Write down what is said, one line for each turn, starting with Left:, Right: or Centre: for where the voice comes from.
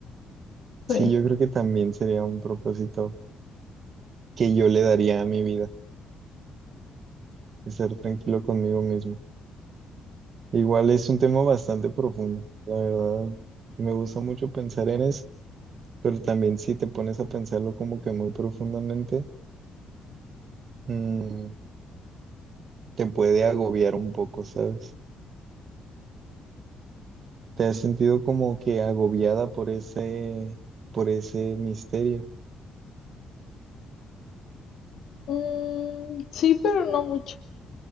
Left: sí.
Right: Sí, yo creo que también sería un propósito que yo le daría a mi vida, estar tranquilo conmigo mismo. Igual es un tema bastante profundo, la verdad, me gusta mucho pensar en eso, pero también si te pones a pensarlo como que muy profundamente, mm, te puede agobiar un poco, ¿sabes? ¿Te has sentido como que agobiada por ese, por ese misterio?
Left: Mm, sí, pero no mucho.